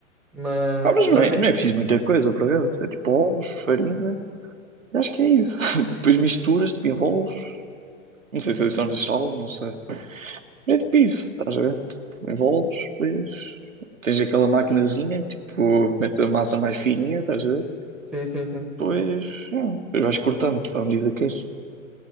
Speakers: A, in the centre; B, on the right.
A: mas
B: Ah, mas
A: já
B: não é,
A: te...
B: não é preciso muita coisa, por acaso. É tipo ovos, farinha. Eu Acho que é isso. <laughs> Depois misturas, tipo, envolves. Não sei se adicionas sal, não sei. É tipo isso, estás a ver? Tipo, envolves, depois tens aquela maquinazinha, tipo, mete a massa mais fininha, estás a ver?
A: Sim, sim, sim.
B: Depois, é, depois vais cortando, tipo, à medida que queres.